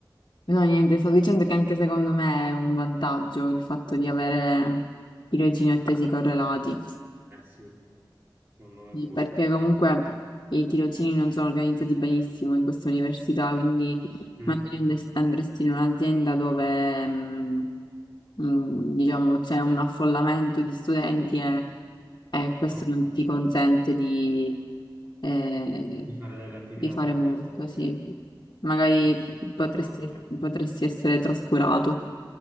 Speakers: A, on the left (about 60°); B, on the right (about 25°).
A: No, niente, sto dicendo che anche secondo me è un vantaggio il fatto di avere tirocini e tesi correlati,
B: Eh sì, secondo me
A: Sì,
B: pure.
A: perché comunque i tirocini non sono organizzati benissimo in questa università, quindi
B: Mm,
A: magari andes- andresti in un'azienda dove, mh, mm, diciamo, c'è un affollamento di studenti e, e questo
B: ok,
A: non ti consente di, eh,
B: di fare delle attività
A: di fare
B: per come
A: molto,
B: si dovrebbe.
A: sì. Magari
B: Eh sì,
A: potresti,
B: immagino.
A: potresti essere trascurato.